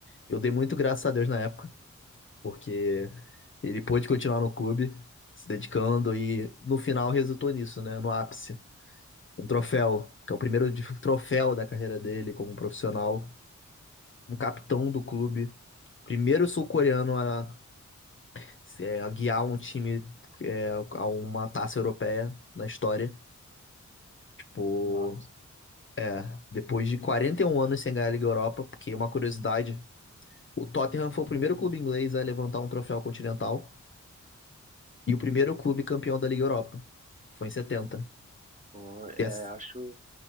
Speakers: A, on the left; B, on the right.
A: eu dei muito graças a Deus na época, porque ele pôde continuar no clube, se dedicando e no final resultou nisso, né, no ápice. Um troféu, que é o primeiro de- troféu da carreira dele como profissional, um capitão do clube, primeiro sul-coreano a se, é, guiar um time é, a uma taça europeia na história. Tipo,
B: nossa,
A: é, depois de 41 anos sem ganhar a Liga Europa, porque uma curiosidade, o Tottenham foi o primeiro clube inglês a levantar um troféu continental e o primeiro clube campeão da Liga Europa, que foi em setenta
B: pô, é,
A: E ass-
B: acho